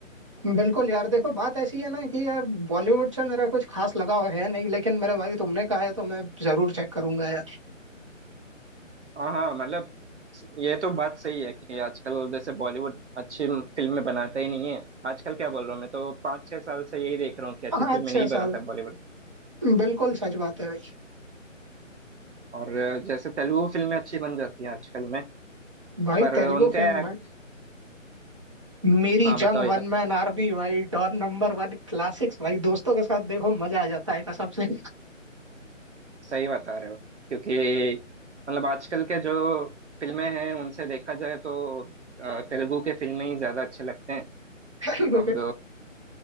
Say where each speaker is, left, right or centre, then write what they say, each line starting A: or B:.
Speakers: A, on the right (about 25°); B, on the right (about 60°).
A: हम्म। बिल्कुल यार देखो बात ऐसी है ना कि यार बॉलीवुड से मेरा कुछ खास लगाव है नहीं लेकिन मेरे भाई तुमने कहा है तो मैं जरूर चेक करूंगा यार
B: हाँ हाँ मतलब ये तो बात सही है कि आजकल जैसे बॉलीवुड अच्छी फिल्में बनाता ही नहीं है आजकल क्या बोल रहा हूँ मैं तो पाँच छह साल से यही देख रहा हूँ कि अच्छी
A: पाँच
B: फिल्में
A: छह
B: नहीं बनाता
A: साल
B: बॉलीवुड
A: बिल्कुल सच बात है भाई
B: और जैसे तेलुगु फिल्में अच्छी बन जाती हैं आजकल में
A: भाई
B: पर
A: तेलुगु
B: उनके
A: फिल्म
B: act-
A: भाई Meri
B: हाँ
A: Jung
B: बताओ यार
A: one man army भाई डॉन नंबर वन क्लासिक्स भाई दोस्तों के साथ देखो मजा आ जाता है कसम से <laughs>
B: सही बता रहे हो क्योंकि मतलब आजकल के जो फिल्में हैं उनसे देखा जाए तो अ, तेलुगु के फिल्में ही ज्यादा अच्छे लगते हैं
A: तेलुगु
B: अब
A: के